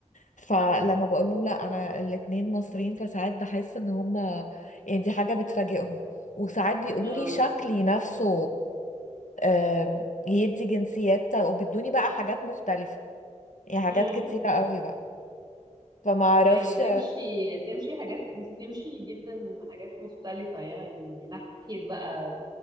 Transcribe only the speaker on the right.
اه
مم.
ايوه تمشي تمشي حاجات انت تمشي جدا حاجات مختلفة يعني ناحية بقى